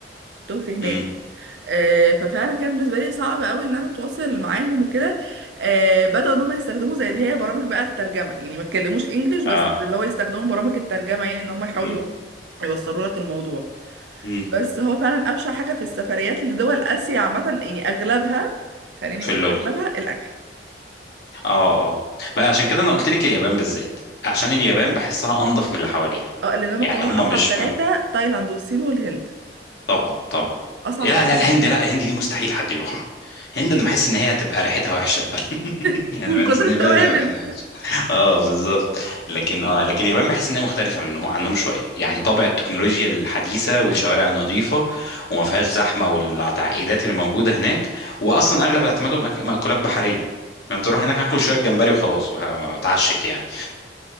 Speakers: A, on the right; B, on the left.
A: تهت هناك
B: امم
A: آه، ففعلا كان بالنسبه لي صعب قوي ان انا اتواصل معاهم وكده آه، بداوا ان هم يستخدموا زي اللي هي برامج بقى الترجمه يعني ما تكلموش انجليش بس
B: اه
A: اللي هو يستخدموا برامج الترجمه يعني ان هم يحاولوا
B: امم
A: يوصلوا لك الموضوع
B: امم
A: بس هو فعلا ابشع حاجه في السفريات لدول اسيا عامه يعني اغلبها خليني
B: في
A: اقول
B: اللغه
A: اغلبها الاكل
B: اه اه بقى عشان كده انا قلت لك اليابان بالذات عشان اليابان بحسها انضف من اللي حواليها
A: اه لان هم
B: يعني
A: كمان
B: هم
A: اصعب
B: مش
A: ثلاثه تايلاند والصين والهند
B: طبعا طبعا
A: اصعب
B: يا
A: ثلاثه
B: لا الهند
A: في موضوع
B: لا الهند دي مستحيل حد يروح الهند انا بحس ان هي هتبقى ريحتها وحشه البلد <laughs>
A: <laughs>
B: يعني
A: من
B: بحس
A: كتر
B: ان
A: التوابل
B: هي بلد هتبقى ريحتها وحشة. اه بالظبط لكن اه لكن اليابان بحس ان هي مختلفه منهم عنهم شويه يعني طابع التكنولوجيا الحديثه والشوارع النظيفه وما فيهاش زحمه والتعقيدات اللي موجوده هناك واصلا اغلب اعتمادهم أك- مأكولات بحريه فانت تروح هناك هاكل شويه جمبري وخلاص وهتعشت يعني